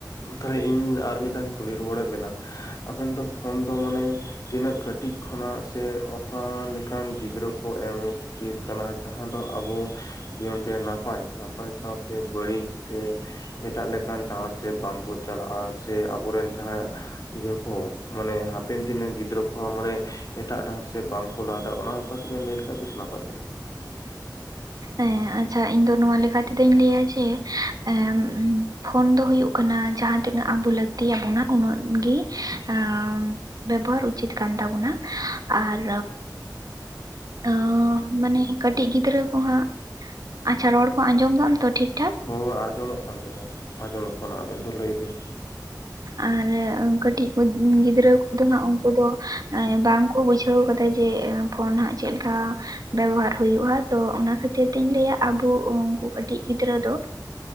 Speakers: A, on the left; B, on the right.
A: ᱛᱟᱦᱚᱞᱮ ᱤᱧ ᱟᱨ ᱢᱤᱫᱫᱷᱟᱣᱤᱧ ᱠᱩᱞᱤ ᱨᱩᱣᱟᱹᱲ ᱮᱫ ᱵᱮᱱᱟ ᱟᱵᱮᱱ ᱫᱚ ᱯᱷᱳᱱ ᱫᱚ ᱢᱟᱱᱮᱼᱼ ᱛᱤᱱᱟᱹᱜ ᱠᱟᱹᱴᱤᱡ ᱠᱷᱚᱱᱟᱜ ᱥᱮ ᱚᱠᱟᱞᱮᱠᱟᱱ ᱜᱤᱫᱽᱨᱟᱹ ᱠᱚ ᱮᱢᱼᱼ ᱪᱮᱫ ᱠᱟᱱᱟ ᱡᱟᱦᱟᱸ ᱫᱚ ᱟᱵᱚᱼᱼ ᱡᱤᱭᱚᱱ ᱨᱮ ᱱᱟᱯᱟᱭ ᱱᱟᱯᱟᱭ ᱥᱟᱶᱛᱮ ᱵᱟᱹᱲᱤᱡ ᱥᱮᱼᱼ ᱮᱴᱟᱜ ᱞᱮᱠᱟᱱ ᱰᱟᱦᱟᱨ ᱥᱮ ᱵᱟᱝ ᱵᱚ ᱪᱟᱞᱟᱜᱼᱟ ᱥᱮ ᱟᱵᱚᱨᱮᱱ ᱡᱟᱦᱟᱸᱭᱟᱜᱼᱼ ᱤᱭᱟᱹ ᱠᱚ ᱢᱟᱱᱮ ᱦᱟᱯᱮᱱ ᱫᱤᱱ ᱨᱮᱱ ᱜᱤᱫᱽᱨᱟᱹ ᱠᱚᱦᱚᱸ ᱢᱟᱱᱮ ᱮᱴᱟᱜ ᱰᱟᱦᱟᱨ ᱥᱮᱫ ᱵᱟᱝᱠᱚ ᱞᱟᱦᱟᱫᱟ ᱚᱱᱟᱼᱼ ᱚᱛ ᱵᱮᱱ ᱞᱟᱹᱭ ᱞᱮᱠᱷᱟ ᱵᱮᱥ ᱱᱟᱢᱯᱟᱨ ᱠᱚᱜᱼᱟ᱾
B: ᱮᱸᱜ ᱟᱪᱪᱷᱟ ᱤᱧ ᱫᱚ ᱱᱚᱣᱟ ᱞᱮᱠᱟ ᱛᱮᱫᱚᱧ ᱞᱟᱹᱭᱟ ᱡᱮ ᱮᱸᱜᱼᱼᱼ ᱯᱷᱳᱱ ᱫᱚ ᱦᱩᱭᱩᱜ ᱠᱟᱱᱟ ᱡᱟᱸᱦᱟᱛᱤᱱᱟᱹᱜ ᱟᱵᱚ ᱞᱟᱹᱠᱛᱤᱭᱟ ᱵᱚᱱᱟ ᱩᱱᱟᱹᱜ ᱜᱤ ᱮᱸᱜᱼᱼ ᱵᱮᱵᱚᱦᱟᱨ ᱩᱪᱤᱛ ᱠᱟᱱ ᱛᱟᱵᱚᱱᱟ ᱟᱨᱼᱼ ᱟᱸ ᱢᱟᱱᱮ ᱠᱟᱹᱴᱤᱡ ᱜᱤᱫᱽᱨᱟᱹᱼᱼ ᱠᱚ ᱦᱟᱸᱜ ᱟᱪᱪᱷᱟ ᱨᱚᱲ ᱠᱚ ᱟᱸᱡᱚᱢ ᱫᱟᱢ ᱛᱚ ᱴᱷᱤᱠᱼᱼ
A: ᱦᱳᱭ ᱟᱸᱡᱚᱢᱚᱜ ᱠᱟᱱ ᱛᱤᱧᱟᱹ ᱟᱸᱡᱚᱢᱚᱜ ᱠᱟᱱᱟ ᱟᱵᱤᱱ ᱫᱚ ᱞᱟᱹᱭ ᱵᱤᱱ?
B: ᱟᱨ ᱠᱟᱹᱴᱤᱡᱼᱼ <inaudible> ᱜᱤᱫᱽᱨᱟᱹ ᱠᱚᱫᱚ ᱦᱟᱸᱜ ᱩᱱᱠᱩ ᱫᱚ ᱵᱟᱝᱠᱚ ᱵᱩᱡᱼᱼ ᱵᱩᱡᱷᱟᱹᱣ ᱠᱟᱫᱟ ᱡᱮ ᱯᱷᱳᱱ ᱦᱟᱸᱜ ᱪᱮᱫ ᱞᱮᱠᱟ ᱵᱮᱵᱚᱦᱟᱨ ᱦᱩᱭᱩᱜᱼᱟ ᱛᱚ ᱚᱱᱟ ᱠᱷᱟᱹᱛᱼᱼ ᱠᱷᱚᱛᱤᱨ ᱛᱤᱧ ᱞᱟᱹᱭᱟ ᱟᱵᱚ ᱩᱱᱠᱩ ᱠᱟᱹᱴᱤᱡ ᱜᱤᱫᱽᱨᱟᱹ ᱫᱚ